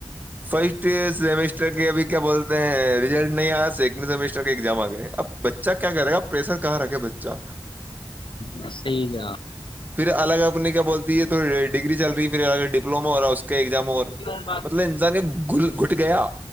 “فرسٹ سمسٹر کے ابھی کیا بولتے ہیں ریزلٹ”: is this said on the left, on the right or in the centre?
Right